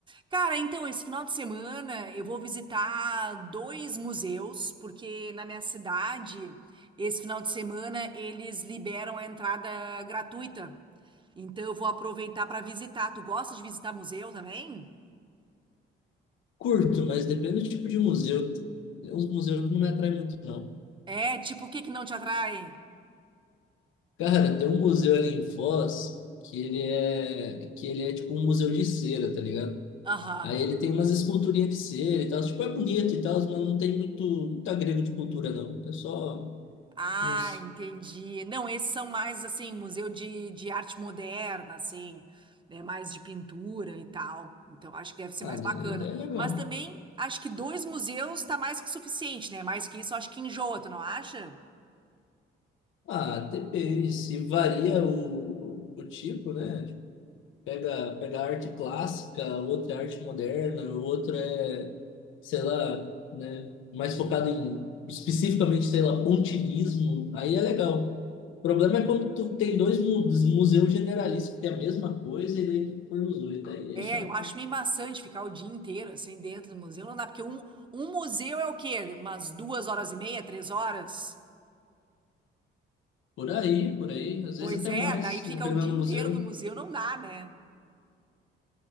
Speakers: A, on the right; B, on the left.
A: Cara, então, esse final de semana eu vou visitar dois museus, porque na minha cidade, esse final de semana, eles liberam a entrada gratuita. Então, eu vou aproveitar para visitar. Tu gosta de visitar museu também?
B: Curto, mas depende do tipo de museu. Tem uns museus que não me atraem muito, não.
A: É, tipo, o que que não te atrai?
B: Cara, tem um museu ali em Foz que ele é, que ele é tipo um museu de cera, tá ligado?
A: Aham.
B: Aí ele tem umas esculturinhas de cera e tal. Tipo, é bonito e tal, mas não tem muito, muito agrego de cultura, não. É só
A: Ah,
B: uns...
A: entendi. Não, esses são mais assim, museu de, de arte moderna, assim, né? Mais de pintura e tal. Então acho que deve ser
B: Ah,
A: mais bacana.
B: é é legal.
A: Mas também acho que dois museus tá mais que suficiente, né? Mais que isso, acho que enjoa, tu não acha?
B: Ah, depende, se varia o, o tipo, né? Tipo, Pega, pega arte clássica, outra é arte moderna, outra é, sei lá, né? Mais focado em, especificamente, sei lá, pontilhismo, aí é legal. O problema é quando tu tem dois mu- museus generalistas que tem a mesma coisa e daí tu põe os dois, daí
A: É,
B: é chato.
A: eu acho meio maçante ficar o dia inteiro assim dentro do museu. Não dá, porque um, um museu é o quê? Umas duas horas e meia, três horas?
B: Por aí, por aí, às
A: Pois
B: vezes até
A: é,
B: mais,
A: daí fica
B: dependendo
A: o dia
B: do
A: inteiro
B: museu.
A: no museu, não dá, né?